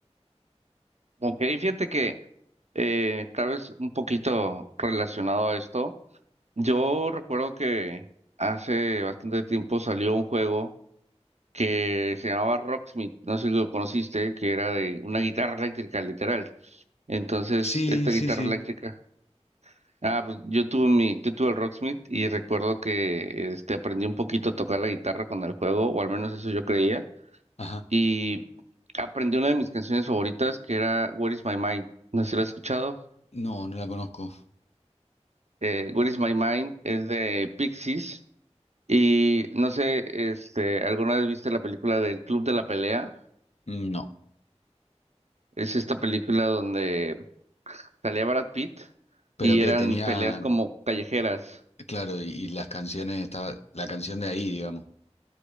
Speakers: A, on the right; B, on the left.
A: Ok, fíjate que Eh, tal vez un poquito relacionado a esto. Yo recuerdo que hace bastante tiempo salió un juego que se llamaba Rocksmith, no sé si lo conociste, que era de una guitarra eléctrica, literal. Entonces,
B: Sí,
A: esta
B: sí,
A: guitarra
B: sí.
A: eléctrica. Ah, pues yo tuve mi, yo tuve el Rocksmith y recuerdo que este aprendí un poquito a tocar la guitarra con el juego, o al menos eso yo creía.
B: Ajá.
A: Y aprendí una de mis canciones favoritas que era Where is My Mind. No sé si la has escuchado.
B: No, no la conozco.
A: eh, What is My Mind, es de Pixies. Y no sé, este, ¿alguna vez viste la película del Club de la Pelea?
B: No.
A: Es esta película donde salía Brad Pitt
B: Pero
A: y
B: que
A: eran
B: tenía,
A: peleas como callejeras. <laughs>
B: Claro, y, y las canciones, estaba, la canción de ahí, digamos.